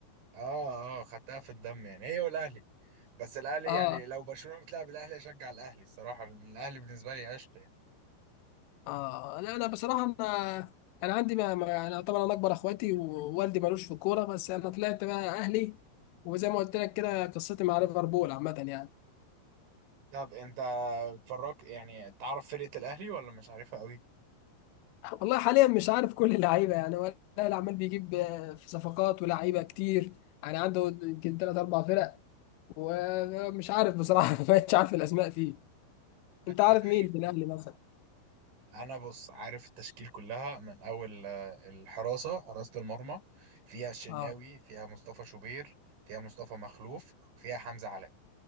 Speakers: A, on the right; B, on the left.
A: آه آه خدتها في الدم يعني هي والأهلي بس الأهلي
B: اه
A: يعني لو برشلونة بتلعب الأهلي أشجع الأهلي الصراحة لأن الأهلي بالنسبة لي عشق يعني.
B: اه لا انا بصراحه انا انا عندي ما ما- انا طبعا انا اكبر اخواتي ووالدي ملوش في الكوره بس انا طلعت بقى اهلي وزي ما قلت لك كده قصتي مع ليفربول عامه يعني
A: طب انت بتفرج يعني تعرف فرقة الأهلي ولا مش عارفها قوي
B: والله حاليا مش عارف كل اللعيبه يعني ولا العمال بيجيب آه، في صفقات ولاعيبه كتير يعني عنده يمكن ثلاث اربع فرق ومش عارف بصراحه <laughs> ما بقتش عارف الاسماء فيه
A: <laughs>
B: انت عارف مين في الاهلي مثلا
A: أنا بص عارف التشكيل كلها من أول آه، الحراسة حراسة المرمى فيها الشناوي
B: اه
A: فيها مصطفى شوبير فيها مصطفى مخلوف فيها حمزة علاء